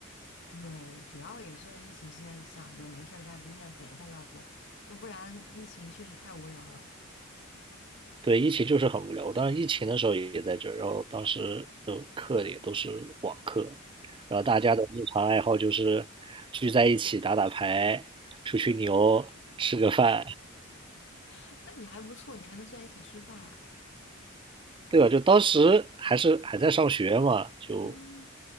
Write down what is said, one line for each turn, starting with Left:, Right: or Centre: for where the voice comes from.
Left: 对，主要也是疫情期间想着没事儿干，减减肥吧，要不那不然疫情确实太无聊了。
Right: 对，疫情就是很无聊。我当时疫情的时候也在这儿，然后当时的课也都是网课，然后大家的日常爱好就是聚在一起打打牌、吹吹牛、吃个饭，
Left: <laughs> 那你还不错，你还能聚在一起吃饭。
Right: 对吧？就当时还是还在上学嘛，就
Left: 嗯，